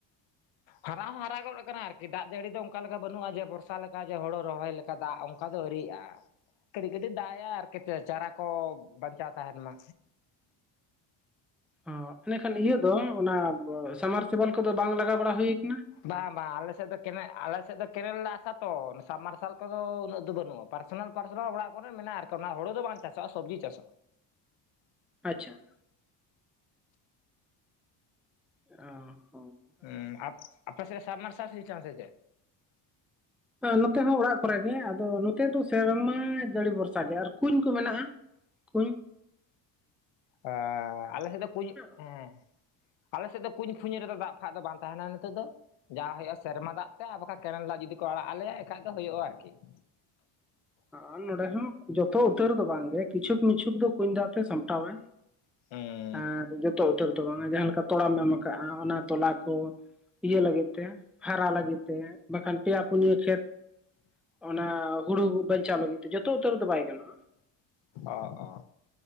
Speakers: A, on the left (about 75°); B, in the centre.
A: ᱦᱟᱨᱟ ᱦᱚ ᱦᱟᱨᱟ ᱜᱚᱫ ᱟᱠᱟᱱᱟ ᱟᱨᱠᱤ, ᱫᱟᱜ ᱡᱟᱹᱲᱤ ᱫᱚ ᱚᱱᱠᱟ ᱞᱮᱠᱟ ᱵᱟᱹᱱᱩᱜᱼᱟ ᱡᱮ ᱵᱚᱨᱥᱟ ᱞᱮᱠᱟ ᱡᱮ ᱦᱳᱲᱳ ᱨᱚᱦᱚᱭ ᱞᱮᱠᱟ ᱫᱟᱜ ᱚᱱᱠᱟ ᱫᱚ ᱟᱹᱣᱨᱤ ᱟᱜᱼᱟ᱾ ᱠᱟᱹᱴᱤᱡ ᱠᱟᱹᱴᱤᱡ ᱫᱟᱜ ᱮᱜ-ᱟᱭ ᱟᱨᱠᱤ ᱪᱟᱨᱟ ᱠᱚ ᱵᱟᱧᱪᱟᱣ ᱛᱟᱦᱮᱱ ᱢᱟ᱾
B: ᱚ ᱮᱱᱮᱠᱷᱟᱱ ᱤᱭᱟᱹ ᱫᱚ ᱚᱱᱟ ᱥᱟᱢᱟᱨᱥᱵᱟᱞ ᱠᱚᱫᱚ ᱵᱟᱝ ᱞᱟᱜᱟᱣ ᱵᱟᱲᱟ ᱦᱩᱭ ᱟᱠᱟᱱᱟ᱾
A: ᱵᱟᱝ ᱵᱟᱝ ᱟᱞᱮ ᱥᱮᱫ ᱫᱚ ᱠᱮᱱᱮᱞ ᱟᱞᱮ ᱥᱮᱫ ᱫᱚ ᱠᱮᱱᱮᱞ ᱨᱮᱱᱟᱜ ᱟᱥᱟ ᱛᱚ, ᱥᱟᱵ ᱢᱟᱨᱥᱟᱞ ᱠᱚᱫᱚ ᱩᱱᱟᱹᱜ ᱫᱚ ᱵᱟᱹᱱᱩᱜᱼᱟ, ᱯᱟᱨᱥᱱᱟᱞ ᱯᱟᱨᱥᱚᱱᱟᱞ ᱚᱲᱟᱜ ᱠᱚᱨᱮᱱ ᱢᱮᱱᱟᱜᱼᱟ ᱟᱨᱠᱤ᱾ ᱛᱚ ᱚᱱᱟ ᱦᱳᱲᱳ ᱫᱚ ᱵᱟᱝ ᱪᱟᱥᱚᱜᱼᱟ ᱥᱚᱵᱡᱤ ᱪᱟᱥ
B: ᱟᱪᱪᱷᱟ ᱾ ᱚ ᱾
A: ᱩᱸ ᱟᱯ ᱟᱯᱮ ᱥᱮᱫ ᱥᱟᱵᱢᱟᱨᱥᱟᱞ ᱥᱤᱥᱴᱮᱢ ᱥᱮ ᱪᱮᱫ?
B: ᱱᱚᱛᱮ ᱦᱚᱸ ᱚᱲᱟᱜ ᱠᱚᱨᱮ ᱜᱮ, ᱟᱫᱚ ᱱᱚᱛᱮ ᱫᱚ ᱥᱮᱨᱢᱟ ᱡᱟᱹᱲᱤ ᱵᱷᱚᱨᱥᱟ ᱜᱮ ᱟᱨ ᱠᱩᱧ ᱠᱚ ᱢᱮᱱᱟᱜᱼᱟ ᱾ ᱠᱩᱧ
A: ᱟᱸ ᱟᱞᱮ ᱥᱮᱫ ᱫᱚ ᱠᱩᱧ
B: <unintelligible>
A: ᱦᱮᱸ ᱟᱞᱮ ᱥᱮᱫ ᱫᱚ ᱠᱩᱸᱧ ᱯᱷᱩᱸᱧ ᱨᱮᱫᱚ ᱫᱟᱜ ᱯᱷᱟᱜ ᱫᱚ ᱵᱟᱝ ᱛᱟᱦᱮᱱᱟ ᱱᱤᱛᱚᱜ ᱫᱚ ᱾ ᱡᱟᱦᱟᱸ ᱦᱩᱭᱩᱜᱼᱟ ᱥᱮᱨᱢᱟ ᱫᱟᱜ ᱛᱮ, ᱟᱨ ᱵᱟᱠᱷᱟᱱ ᱠᱮᱱᱮᱞ ᱫᱟᱜ ᱡᱩᱫᱤ ᱠᱚ ᱟᱲᱟᱜ ᱟᱞᱮᱭᱟ ᱮᱱᱠᱷᱟᱡ ᱫᱚ ᱦᱩᱭᱩᱜᱼᱟ ᱟᱨᱠᱤ ᱾
B: ᱟᱨ ᱱᱚᱸᱰᱮ ᱦᱚᱸ ᱡᱚᱛᱚ ᱩᱛᱟᱹᱨ ᱫᱚ ᱵᱟᱝᱜᱮ ᱠᱤᱪᱷᱩᱠ ᱢᱤᱪᱷᱩᱠ ᱫᱚ ᱠᱩᱧ ᱫᱟᱜ ᱛᱮ ᱥᱟᱢᱴᱟᱣᱟᱭ ᱾
A: ᱦᱩᱸ ᱾
B: ᱟᱨ ᱡᱚᱛᱚ ᱩᱛᱟᱹᱨ ᱫᱚ ᱵᱟᱝᱟ ᱡᱟᱦᱟᱸ ᱞᱮᱠᱟ ᱛᱚᱲᱟᱢ ᱮᱢ ᱠᱟᱜᱼᱟ, ᱚᱱᱟ ᱛᱚᱞᱟ ᱠᱚ ᱾ ᱤᱭᱟᱹ ᱞᱟᱹᱜᱤᱫ ᱛᱮ ᱦᱟᱨᱟ ᱞᱟᱹᱜᱤᱫ ᱛᱮ, ᱵᱟᱠᱷᱟᱱ ᱯᱮᱭᱟ ᱯᱩᱱᱭᱟᱹ ᱠᱷᱮᱛ ᱚᱱᱟ ᱦᱩᱲᱩ ᱵᱟᱧᱪᱟᱣ ᱞᱟᱹᱜᱤᱫ ᱛᱮ ᱡᱚᱛᱚ ᱩᱛᱟᱹᱨ ᱫᱚ ᱵᱟᱭ ᱜᱟᱱᱚᱜᱼᱟ ᱾
A: ᱚ ᱚ ᱾